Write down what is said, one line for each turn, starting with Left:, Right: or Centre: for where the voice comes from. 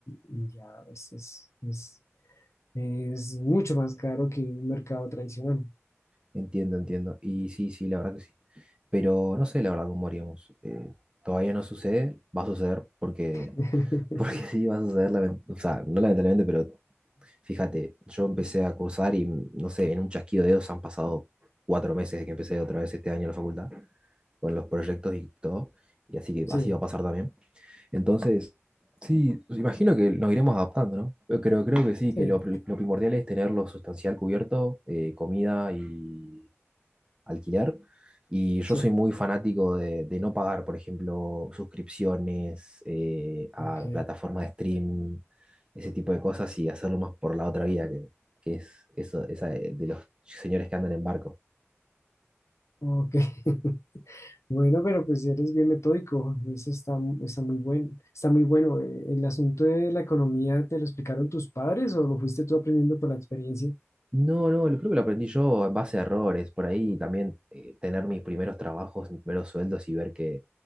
Left: y- y ya es, es, es- es mucho más caro que un mercado tradicional.
Right: Entiendo, entiendo. Y sí, sí, la verdad que sí. Pero no sé la verdad cómo haríamos. Eh, todavía no sucede, va a suceder porque,
Left: <laughs>
Right: <laughs> porque sí va a suceder, lament- o sea, no lamentablemente, pero fíjate, yo empecé a cursar y no sé, en un chasquido de dedos han pasado cuatro meses desde que empecé otra vez este año en la facultad con los proyectos y todo, y así que
Left: Sí,
Right: así va a pasar también. Entonces, sí, pues, imagino que nos iremos adaptando, ¿no? Yo creo, creo que sí,
Left: sí,
Right: que lo, pri- lo primordial es tener lo sustancial cubierto, eh, comida y, alquilar. Y yo
Left: sí.
Right: soy muy fanático de, de no pagar, por ejemplo, suscripciones eh, a
Left: Ok,
Right: plataformas de stream, ese tipo de cosas y hacerlo más por la otra vía, que, que es eso, esa de de los señores que andan en barco.
Left: ok. <laughs> Bueno, pero pues eres bien metódico, eso está, mu- está muy bueno, está muy bueno. Eh, ¿El asunto de la economía te lo explicaron tus padres o lo fuiste tú aprendiendo por la experiencia?
Right: No, no, lo creo que lo aprendí yo en base a errores, por ahí también eh, tener mis primeros trabajos, mis primeros sueldos y ver que,